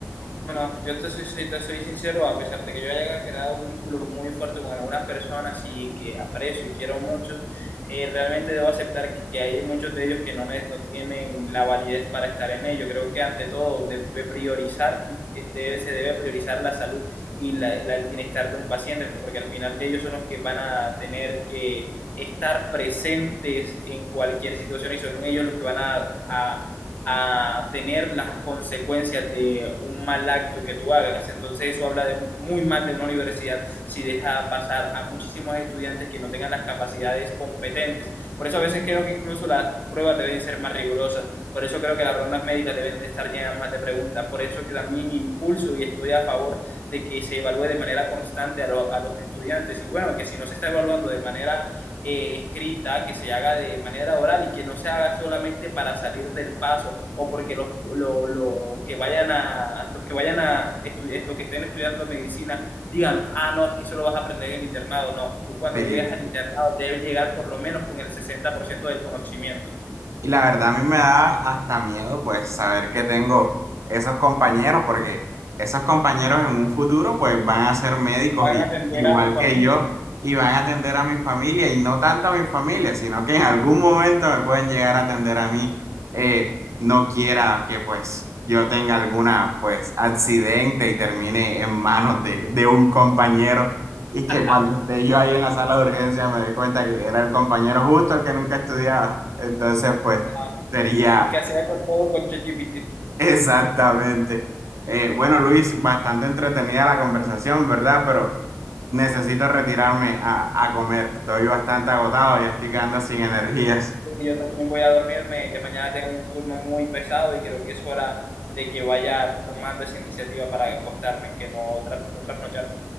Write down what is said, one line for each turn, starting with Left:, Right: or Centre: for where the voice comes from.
Left: Bueno, yo te, soy- si te soy sincero, a pesar de que yo haya creado un vínculo muy fuerte con algunas personas y que aprecio y quiero mucho, eh, realmente debo aceptar que hay muchos de ellos que no, ne- no tienen la validez para estar en ello. Creo que ante todo debe priorizar y eh, debe, se debe priorizar la salud y la- la- el bienestar de un paciente, porque al final de ellos son los que van a tener que estar presentes en cualquier situación y son ellos los que van a a a tener las consecuencias de un mal acto que tú hagas. Entonces eso habla de un- muy mal de una universidad si deja pasar a muchísimos estudiantes que no tengan las capacidades competentes. Por eso a veces creo que incluso las pruebas deben ser más rigurosas. Por eso creo que las rondas médicas deben de estar llenas más de preguntas. Por eso que también impulso y estoy a favor de que se evalúe de manera constante a, lo- a los estudiantes. Y bueno, que si no se está evaluando de manera eh, escrita, que se haga de manera oral y que no se haga solamente para salir del paso o porque los, lo, lo que vayan a, los que vayan a estudiar, los que estén estudiando medicina digan, ah, no, es que eso lo vas a aprender en el internado. No, tú cuando
Right: Sí,
Left: llegas al internado debes llegar por lo menos con el 60% del conocimiento.
Right: Y la verdad a mí me da hasta miedo pues saber que tengo esos compañeros porque esos compañeros en un futuro pues van a ser médicos
Left: Van
Right: y,
Left: a atender
Right: igual
Left: a tu familia.
Right: que yo y van a atender a mi familia y no tanto a mi familia sino que en algún momento me pueden llegar a atender a mí. Eh, no quiera que pues yo tenga alguna pues accidente y termine en manos de, de un compañero. Y que
Left: <laughs>
Right: cuando esté yo ahí en la sala de urgencia me dé cuenta que era el compañero justo el que nunca estudiaba. Entonces, pues,
Left: no,
Right: sería
Left: el que hacía todo con ChatGPT
Right: <laughs> exactamente. Eh, bueno, Luis, bastante entretenida la conversación, ¿verdad? Pero necesito retirarme a, a comer. Estoy bastante agotado, ya estoy quedando sin energías.
Left: Sí, Yo también voy a dormirme, ya mañana tengo un turno muy pesado y creo que es hora de que vaya tomando esa iniciativa para acostarme, que no, tras- no trasnocharme.